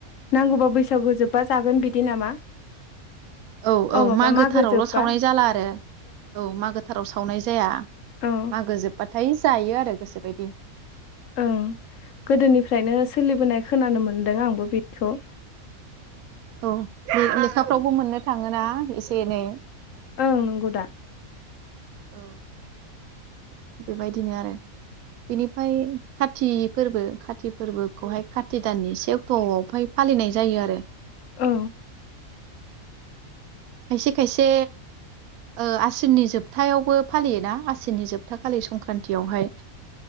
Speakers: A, on the left (about 65°); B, on the right (about 80°).
A: नांगौबा बैसागु जोब बा जागोन बिदि नामा
B: औ
A: अ
B: औ
A: माबा
B: मागोथारावल'
A: मागो जोब्बा
B: सावनाय जाला आरो औ मागोथाराव सावनाय जाया
A: औ
B: मागो जोब्बाथाय जायो आरो गोसोबायदि
A: ओं गोदोनिफ्रायनो सोलिबोनाय खोनानो मोनदों आंबो बेखौ
B: औ लेखाफ्रावबो मोननो थाङोना एसे एनै
A: ओं नंगौ दा
B: औ बेबायदिनो आरो बेनिफ्राय खाति फोरबो खाति फोरबोखौहाय खाथि दाननि से अक्ट'आवहाय फालिनाय जायो आरो
A: औ
B: खायसे खायसे आसिननि जोबथायावबो फालियोना आसिननि जोबथा खालि संक्रान्तियावहाय